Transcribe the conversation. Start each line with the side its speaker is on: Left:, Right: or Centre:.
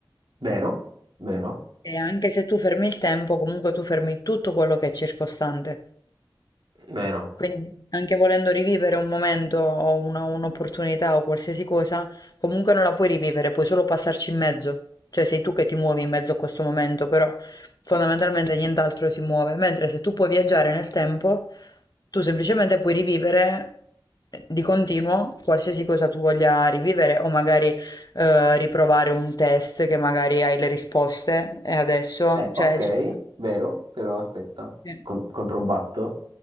Right: Vero? Vero?
Left: E anche se tu fermi il tempo, comunque tu fermi tutto quello che è circostante.
Right: Vero?
Left: Quindi anche volendo rivivere un momento o una- un'opportunità o qualsiasi cosa, comunque non la puoi rivivere, puoi solo passarci in mezzo. Cioè sei tu che ti muovi in mezzo a questo momento, però fondamentalmente nient'altro si muove. Mentre se tu puoi viaggiare nel tempo, tu semplicemente puoi rivivere eh, di continuo qualsiasi cosa tu voglia rivivere o magari eh, riprovare un test che magari hai le risposte e adesso,
Right: Eh, ok,
Left: cioè... tutto-
Right: vero, però aspetta,
Left: Sì.
Right: con- controbatto.